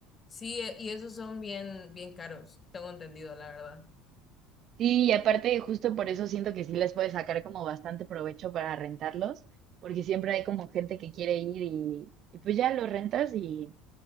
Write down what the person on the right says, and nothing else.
Sí, y aparte justo por eso siento que sí les puede sacar como bastante provecho para rentarlos, porque siempre hay como gente que quiere ir y, y pues ya lo rentas y,